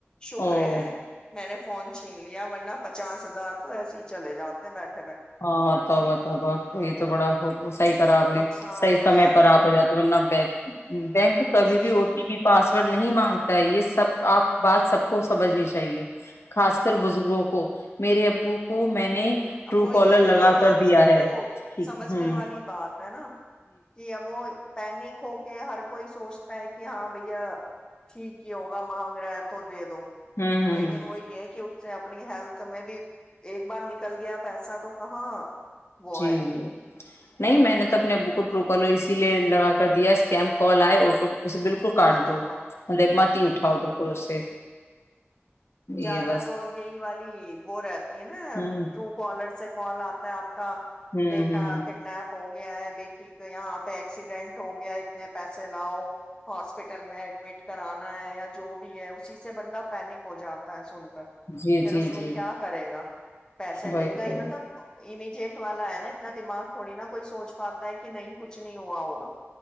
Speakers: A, on the left (about 20°); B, on the left (about 70°).
A: شکر
B: او
A: ہے میں نے فون چھین لیا ورنہ پچاس ہزار تو ایسے ہی چل جاتے ہیں بیٹری
B: ہاں توبتب آ کو تو بڑا ہو <unintelligible> خراب نے
A: نقصان
B: صحی
A: ہو
B: سمے
A: جاتا
B: پر آپ جاتے ورنہ بک بینک کبھی
A: وہی
B: بھی او ٹی پی پاسورڈ نہیں مانگتا ہے یہ سب آپ بات سب کو سمجھنی چاہیے خاص کر بزرگوں کو میرے ابو کو میں نے ٹرو
A: اب وہی
B: کالر
A: ہے
B: لگا
A: یہ بات
B: کر دیا
A: سب
B: ہے
A: کو
B: ٹھیک
A: سمجھنے
B: ہوں
A: والی بات ہے نا جی ابو پینک ہو کے ہر کوئی سوچتا ہے کہ ہاں بھیا ٹھیک ہی ہوگا مانگ رہا ہے تو دے دو
B: ہوں ہوں
A: لیکن
B: ہوں
A: وہی ہے کہ سے اپنی ہیلتھ میں بھی ایک بار ن نکل گیا پیسہ تو کہاں وہ
B: جی
A: ہے
B: جی <unintelligible> نہیں میں نے تو اپنے ابو کو ٹرو کالر اسی لیے لگا کر دیا اسکیم کال آئے آٹو اسے بالکل کاٹ
A: مت
B: دو
A: اٹھاؤ
B: مطلب مات
A: ہ
B: اٹھاؤ بالکل اس سے
A: زیادہ
B: یہ بس
A: تو یہی والی وہ رہتی ہے نا
B: ہوں
A: ٹو کالر سے پال آتا ہے آپ <unintelligible> کا
B: ہوں
A: بیٹا
B: ہوں
A: کڈنپ ہوگا گیا بیٹی کو یہاں پہ ایکسیڈینٹ ہو گیا اتنے پیسے لاؤ ہاسپٹل میں ایڈمٹ کرانا ہے یا جو بھی ہے اسی سے بندہ پینک ہو جاتا ت سن پھر
B: جی جی
A: اس میں
B: جی
A: کیا کرے گا پیسے
B: وہی
A: دے گا ہی
B: صحیح
A: مطلب ای م جیٹ والا ہے نا اتنا دماغ تھوڑی نا کوئی سوچ پاتا ہے کہ نہیں کچھ نہیں ہوا ہوگا